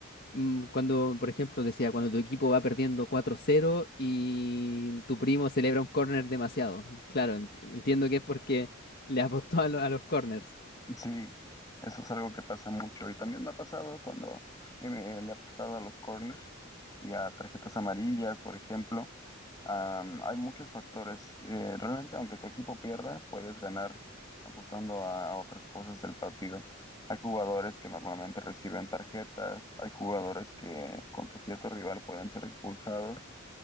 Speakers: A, on the left; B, on the left.
A: mm, cuando, por ejemplo, decía, cuando tu equipo va perdiendo cuatro cero y tu primo celebra un corner demasiado. Claro, en- entiendo que es porque le apostó a, lo- a los corners.
B: Sí, eso es algo que pasa mucho y también me ha pasado cuando eh, me- le he apostado a los corners y a tarjetas amarillas, por ejemplo. Am, hay muchos factores. Eh, realmente, aunque tu equipo pierda, puedes ganar apostando a, a otras cosas del partido. Hay jugadores que normalmente reciben tarjetas, hay jugadores que contra cierto rival pueden ser expulsados.